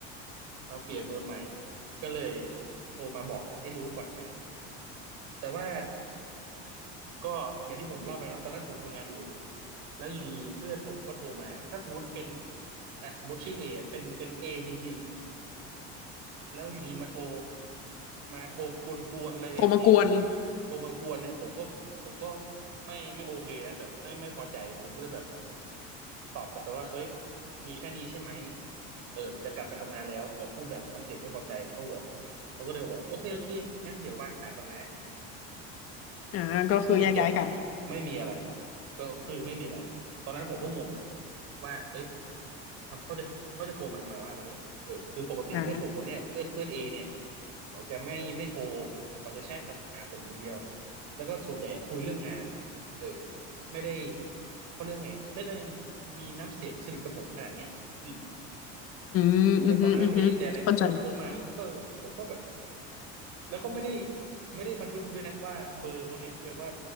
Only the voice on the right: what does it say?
เราเปลี่ยนเบอร์ใหม่ก็เลยโทรมาบอกให้รู้ก่อนนะแต่ว่าก็อย่างที่ผมเล่าไปเนาะตอนนั้นผมทำงานอยู่แล้วอยู่ดีเพื่อนผมก็โทรมาถ้าสมมติเป็นอ่ะสมมติชื่อเอเป็นเป็นเอจริง แล้วอยู่ดีมาโทรมาโทรกวนๆอะไรแบบเนี้ย
โทรมากวนเนี่ยผมก็ผมก็ไม่ไม่โอเคแล้วแบบไม่ไม่พอใจผมก็เลยแบบตอบกลับไปว่าเอ้ยมีแค่นี้ใช่ไหมเออจะกลับไปทำงานแล้วแบบพูดแบบน้ำเสียงไม่พอใจเขาบอกเขาก็เลยบอกว่าโอเคโอเคงั้นเดี๋ยววางสายก่อนนะ
ก็จบไม่มีอะไรก็คือไม่มีอะไรตอนนั้นผมก็งงว่าเอ้ยทำเขาจะเขาจะโทรมาทำไมวะอะไรเงี้ยเออคือปกติเพื่อนผมคนเนี้ยเพื่อนเพื่อนเอเนี่ย
เขาจะไม่ไม่โทรเขาจะแชทกับหาผมอย่างเดียวแล้วก็ส่วนใหญ่อะคุยเรื่องงานเออไม่ได้เขาเรื่องไงอะไม่ได้มีน้ำเสียงสนิทกับผมขนาดเนี้ยอืม
แต่ตอนนั้นไม่ได้เอะใจอะไรก็คงโทรมาก็ก็ผมก็แบบ แล้วก็ไม่ได้ไม่ได้บันทึกด้วยนะว่าเบอร์คนเนี้ยเป็นว่า